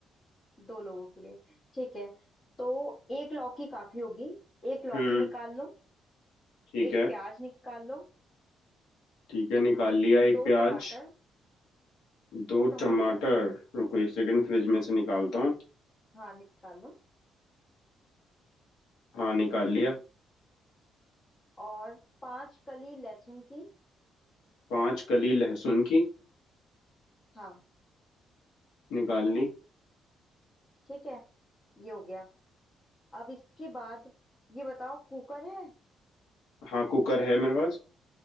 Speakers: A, on the left (about 35°); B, on the left (about 85°).
A: दो लोगों के लिए ठीक है तो एक लौकी काफी होगी एक लौकी
B: हम्म
A: निकाल लो
B: ठीक
A: एक
B: है
A: प्याज निकाल लो
B: ठीक है निकाल लिया एक
A: दो
B: प्याज
A: टमाटर
B: दो
A: दो टमाटर
B: टमाटर रुको एक सेकंड फ्रिज में से निकालता हूँ
A: हाँ निकाल लो
B: हाँ निकाल लिया
A: और पांच कली लहसुन की
B: पांच कली लहसुन की
A: हाँ
B: निकाल ली
A: ठीक है ये हो गया अब इसके बाद ये बताओ कुकर है
B: हाँ कुकर है मेरे पास